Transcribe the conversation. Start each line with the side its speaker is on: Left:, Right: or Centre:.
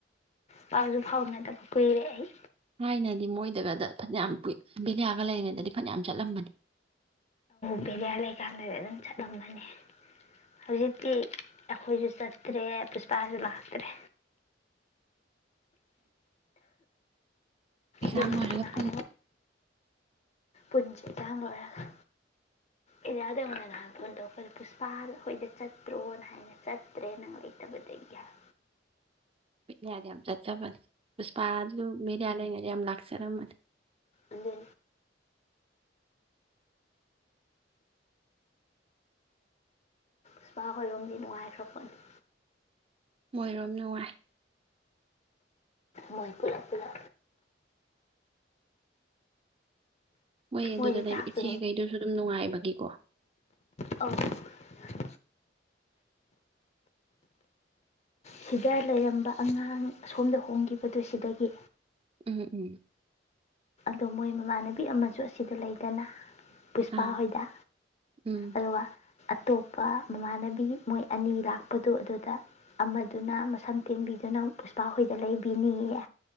Left: ꯄꯥꯎꯁꯨ ꯐꯥꯎꯅꯗꯕ ꯀꯨꯏꯔꯦ ꯑꯩ
Right: ꯊꯥꯏꯅꯗꯤ ꯃꯣꯏꯗꯒꯗ ꯐꯅꯌꯥꯝ ꯕꯤꯌꯥꯒ ꯂꯩꯔꯤꯉꯩꯗꯗꯤ ꯐꯅꯌꯥꯝ ꯆꯠꯂꯝꯕꯅꯤ
Left: ꯕꯦꯔꯤꯌꯥ ꯂꯩꯀꯥꯟꯗꯗꯤ ꯑꯗꯨꯝ ꯆꯠꯂꯝꯕꯅꯦ ꯍꯧꯖꯤꯛꯇꯤ ꯑꯩꯈꯣꯏꯁꯨ ꯆꯠꯇ꯭ꯔꯦ ꯄꯨꯁꯄꯥꯁꯨ ꯉꯥꯛꯇ꯭ꯔꯦ
Right: ꯑꯦꯛꯖꯥꯝ
Left: ꯕꯦꯔꯤꯌꯥꯗ
Right: ꯂꯣꯏꯔꯒ
Left: ꯅꯍꯥꯟ
Right: ꯄꯨ
Left: ꯀꯨꯟꯁꯦ ꯏꯆꯥꯡ ꯂꯣꯏꯔꯒ ꯑꯦꯖꯌꯥꯗꯅ ꯅꯍꯥꯟ ꯐꯣꯟ ꯇꯧꯔꯛꯄꯗ ꯄꯨꯁꯄꯥ ꯑꯩꯣꯏꯗ ꯆꯠꯇ꯭ꯔꯣꯅ ꯍꯥꯏꯅ ꯆꯠꯇ꯭ꯔꯦ ꯅꯪ ꯂꯩꯇꯕꯗꯒꯤ ꯍꯥꯏ
Right: ꯌꯥꯔꯦ ꯌꯥꯝꯝ ꯆ ꯆꯕꯅꯤ ꯎꯄꯥ ꯃꯦ ꯑꯂ ꯉꯔꯦ ꯌꯥꯝ ꯂꯥꯛ ꯁꯔꯍꯃꯠ
Left: ꯑꯗ ꯁꯄꯥ ꯍꯣꯏꯔꯣꯝꯗꯤ ꯅꯨꯡꯉꯥꯏꯈ꯭ꯔ ꯈꯣꯠꯅꯤ
Right: ꯃꯣꯏꯔꯣꯝ ꯅꯨꯡꯉꯥꯏ
Left: ꯃꯣꯏ ꯄꯨ ꯄꯨꯂ
Right: ꯍꯣꯏ ꯑꯗꯨꯗ
Left: ꯃꯣꯏꯗꯤ
Right: ꯂꯩꯕ
Left: ꯆꯥꯛꯇꯣ
Right: ꯏꯆꯦꯈꯩꯗꯨꯁꯨ ꯑꯗꯨꯝ ꯅꯨꯡꯉꯥꯏꯕꯒꯤꯀꯣ
Left: ꯑ ꯁꯤꯗ ꯂꯩꯔꯝꯕ ꯑꯉꯥꯡ ꯑꯁꯣꯝꯗ ꯍꯣꯡꯈꯤꯕꯗꯨ ꯁꯤꯗꯒꯤ
Right: ꯎꯝ ꯎꯝ
Left: ꯑꯗꯣ ꯃꯣꯏ ꯃꯃꯥꯟꯅꯕꯤ ꯑꯃꯁꯨ ꯑꯁꯤꯗ ꯂꯩꯗꯅ ꯄꯩꯁꯄꯥ
Right: ꯑꯥ
Left: ꯍꯗ
Right: ꯎꯝ
Left: ꯑꯗꯨꯒ ꯑꯇꯣꯞꯄ ꯃꯃꯥꯟꯅꯕꯤ ꯃꯣꯏ ꯑꯅꯤ ꯂꯥꯛꯄꯗꯣ ꯑꯗꯨꯗ ꯑꯃꯗꯨꯅ ꯃꯁꯝ ꯇꯦꯟꯕꯤꯗꯨꯅ ꯄꯨꯁꯄꯥꯍꯣꯏꯗ ꯂꯩꯕꯤꯅꯤꯌꯦ